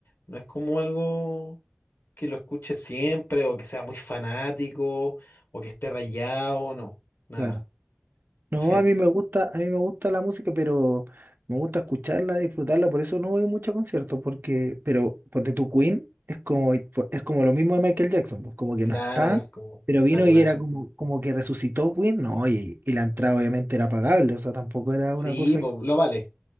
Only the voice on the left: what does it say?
no es como algo que lo escuche siempre o que sea muy fanático o que esté rayado, no, nada.
Prefi-
Claro,
es como espectacular.
Sí,
pues lo vale.